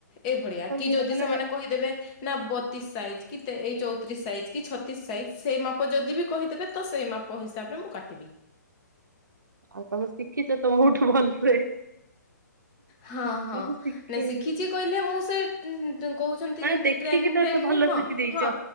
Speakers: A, on the left (about 30°); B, on the right (about 85°).
A: ଏଇଭଳିଆ
B: ତମେ
A: କି ଯଦି
B: ମାନେ
A: ସେମାନେ କହିଦେବେ ନା ବତିଶ ସାଇଜ୍ କି ଏଇ ଚଉତିରିଶ ସାଇଜ କି ଛତିଶ ସାଇଜ ସେଇ ମାପ ଯଦି ବି କହିଦେବେ ତ ସେଇ ମାପ ମୋ ହିସାବରେ ମୁଁ କାଟିବି।
B: ଆଉ ତମେ ଶିଖିଛ ମୋ ଠୁ ଭଲସେ।
A: ହଁ ହଁ
B: ମୁଁ ତ ଶିଖିନି
A: ନାଇଁ ଶିଖିଛି କହିଲେ ମୁଁ ସେ କହୁଛନ୍ତି
B: ମାନେ
A: ଯେମତି
B: ଦେଖିକି
A: ଟ୍ରେନିଂ
B: ତ
A: ଫ୍ରେ
B: ଏତେ ଭଲ
A: ହଁ
B: ଶିଖି ଦେଇଛ
A: ହଁ